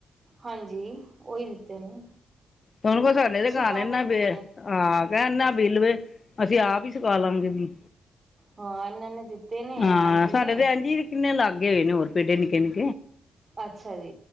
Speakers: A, on the right (about 35°); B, on the left (about 40°).
A: ਹਾਂਜੀ, ਓਹੀ ਦਿੱਤੇ ਨੇ
B: ਤੁਨੂੰ ਕੋ ਸਾਡੇ ਤੇ ਘਰ
A: ਸੁਕਾ
B: ਇੰਨਾ
A: ਕੇ ਦਿੱਤੇ
B: ਬੇਲ
A: ਨੇ
B: ਆ, ਕੇ ਣੇਨਾ ਬਿੱਲਵੇ ਅਸੀਂ ਆਪ ਸੁਖਾ ਲਾਂਗੇ ਵੀ
A: ਹਾਂ ਇਹਨਾਂ ਨੇ ਦਿੱਤੇ ਨੇ
B: ਹਾਂ
A: ਆਂਟੀ
B: ਸਾਡੇ
A: ਨੇ
B: ਤੇ ਐਂਝ ਕਿੰਨੇ ਲਾਗ ਅ ਇਹਨ ਉਹ ਫਡੇ ਨਿਕ ਨੀ
A: ਅੱਛਾ ਜੀ